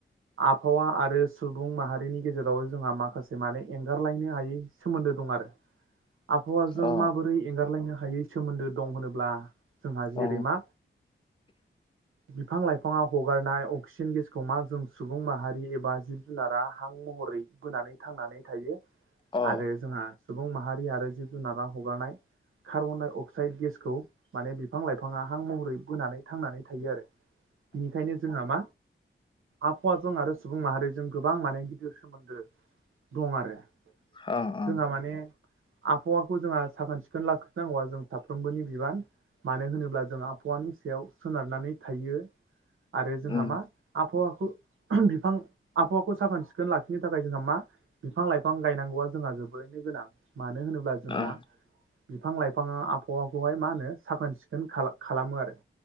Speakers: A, on the right; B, on the left.
A: आबहावा आरो सुबुं माहारिनि गेजेराव जोंहा माखासे माने एंगारलायनो हायै सोमोन्दो दं आरो आबहावाजों
B: अ
A: माबोरै एंगारलायनो हायै सोमोन्दो दं होनोब्ला जोंहा जेरै
B: अ
A: मा बिफां लाइफाङाव हगारनाय अक्सिजेन गेसखौ मा जों सुबुं माहारि एबा जिब जुनारा हां महरै बोनानै थांनानै थायो
B: अ
A: आरो जोंहा सुबुं माहारि आरो जिब जुनारा हगारनाय कार्बन डाइ अक्साइड गेसखौ माने बिफां लाइफाङा हां महरै बोनानै थांनानै थायो आरो बिनिखायनो जोंहा मा आबहावाजों आरो सुबुं माहारिजों गोबां माने गिदिर सोमोन्दो दं आरो
B: औ
A: जोंहा माने आबहावाखौ जोंहा साखोन सिखोन लाखिनांगौआ जों साफ्रोमबोनि बिबान मानो होनोब्ला जों आबहावानि सायाव सोनारनानै थायो आरो जोंहा
B: उम
A: मा आबहावाखौ बिफां आबहावाखौ साखोन सिखोन लाखिनो थाखाय जोंहा मा बिफां लाइफां गायनांगौआ जोंहा जोबोरैनो गोनां मानो होनोब्ला जोंहा
B: अ
A: बिफां लाइफाङा आबहावाखौहाय मा होनो साखोन सिखोन खालामो आरो